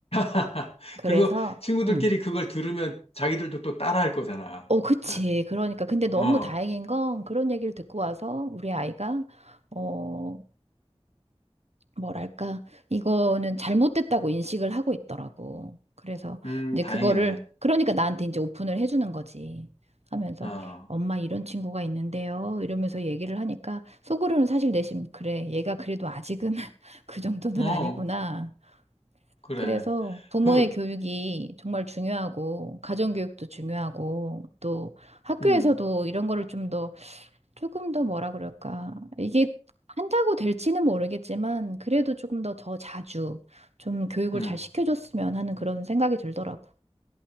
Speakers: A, on the left; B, on the right.
A: <laughs>
B: 그래서
A: 그리고 친구들끼리
B: 응.
A: 그걸 들으면 자기들도 또 따라할 거잖아.
B: 어, 그치.
A: 그래.
B: 그러니까. 근데 너무
A: 어,
B: 다행인 건 그런 얘기를 듣고 와서 우리 아이가, 어, 뭐랄까, 이거는 잘못됐다고 인식을 하고 있더라고. 그래서
A: 음,
B: 이제
A: 다행이네.
B: 그거를, 그러니까 나한테 이제 오픈을 해주는 거지. 하면서,
A: 어,
B: 엄마 이런 친구가 있는데요. 이러면서 얘기를 하니까 속으로는 사실 내심, 그래. 얘가 그래도 아직은 <laughs> 그 정도는
A: 어,
B: 아니구나.
A: 그래.
B: 그래서 부모의
A: 그,
B: 교육이 정말 중요하고, 가정교육도 중요하고, 또 학교에서도
A: 음,
B: 이런 거를 좀 더, 조금 더 뭐라 그럴까. 이게 한다고 될지는 모르겠지만, 그래도 조금 더 더 자주 좀 교육을
A: 음.
B: 잘 시켜줬으면 하는 그런 생각이 들더라고.